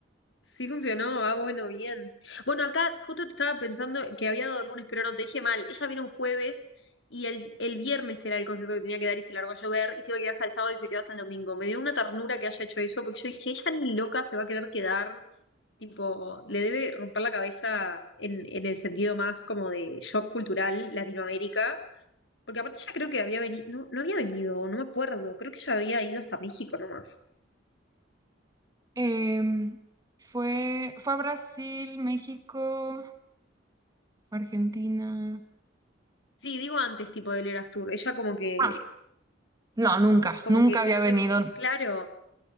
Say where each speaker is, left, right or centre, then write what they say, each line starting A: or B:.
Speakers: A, on the left (about 65°); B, on the right (about 20°).
A: Sí funcionó, ah, bueno, bien. Bueno, acá justo te estaba pensando que había dado el lunes, pero no, te dije mal. Ella vino un jueves y el, el viernes era el concierto que tenía que dar y se largó a llover y se iba a quedar hasta el sábado y se quedó hasta el domingo. Me dio una ternura que haya hecho eso porque yo dije, ella ni loca se va a querer quedar, tipo, le debe romper la cabeza en, en el sentido más como de shock cultural Latinoamérica. Porque aparte ella creo que había venido, no, no había venido, no me acuerdo, creo que ella había ido hasta México nomás.
B: Em, fue, fue a Brasil, México, Argentina.
A: Sí, digo antes, tipo del Eras Tour. Ella como que
B: Ah, no, nunca,
A: Como
B: nunca
A: que
B: había
A: creo
B: venido.
A: que, no, claro.